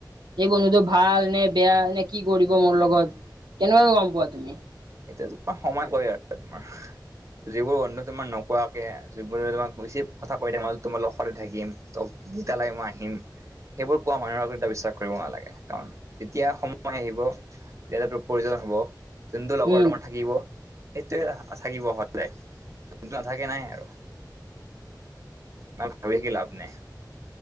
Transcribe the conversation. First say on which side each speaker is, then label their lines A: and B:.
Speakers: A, on the right; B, on the right.
A: এই বন্ধুতটো ভাল নে বেয়া নে কি কৰিব মোৰ লগত কেনেকুৱাকে গম পোৱা তুমি?
B: এতিয়া তোমাৰ সময় কয় আৰু তোমাৰ। যিবোৰ বন্ধু তোমাৰ নোকোৱাকে যিবোৰ তোমাক হৈছিব কথা কৈ থাকে তোমাৰ লগতে থাকিম গী তালাই মই আহিম সেইবোৰ কোৱা মানুহৰ আগত এতিয়া বিশ্বাস কৰিব নালাগে কাৰণ তেতিয়া সময় আহিব তেতিয়া টো প্ৰয়োজন। হ'ব বৰ্তমান
A: উম
B: থাকিব। সেইটোৱে থাকিব হ'লে যোনটো নাথাকে নাই আৰু ইমান ভাবি থাকি লাভ নাই